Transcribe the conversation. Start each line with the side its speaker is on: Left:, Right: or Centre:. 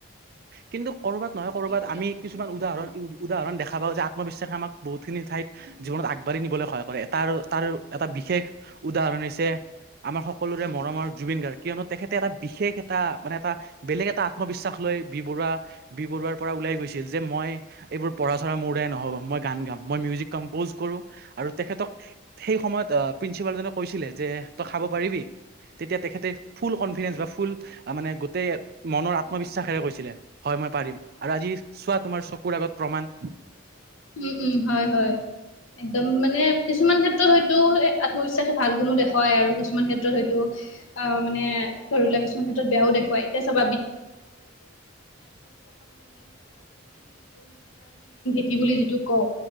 Right: কিন্তু কৰ'বাত নহয় ক'ৰবাত আমি কিছু উদৰণ উদাহৰণ দেখা পাওঁ যে আত্মবিশ্বাস আম বহুখিনি ঠাইত জীৱনত আগবাঢ়ি নিবলৈ সহায় কৰে। তাৰ তাৰ এটা বিশেষ উদাহৰণ হৈছে আমাৰ সকলোৰে মৰমৰ জুবিন গাৰ্গ কিয়নো তেখেতে এটা বিশেষ এটা মানে এটা বেলেগ এটা আত্মবিশ্বাস লৈ বি বৰুৱা বি বৰুৱাৰ পৰা ওলাই গৈছিল, যে মই এইবোৰ পঢ়া চৰা মোৰ নহ'ব মই গান গাম মই মিউজিক কম্পউজ কৰো আৰু তেখেতক সেই সময়ত প্ৰিঞ্চিপাল জনক কৈছিলে যে, তই খাব পাৰিবি তেতিয়া তেখতে ফুল কনফিডেন্স বা ফুল মানে গোটেই মনৰ আত্মবিশ্বাসেৰে কৈছিলে, হয় মই পাৰিম। আৰু আজি চোৱা তোমাৰ চকুৰ আগত প্ৰমাণ
Left: <inaudible> উম-উম হয়-হয় একদম মানে কিছুমান ক্ষেত্ৰত হয়তো আত্মবিশ্বাস ভাল গুণো দেখুৱায় আৰু কিছুমান ক্ষেত্ৰত হয়তো অ, মানে ধৰি ললা কিছুমান ক্ষেত্ৰত বেয়াও দেখুৱায় এতিয়া চব <inaudible> পঠি বুলি যিটো কওঁ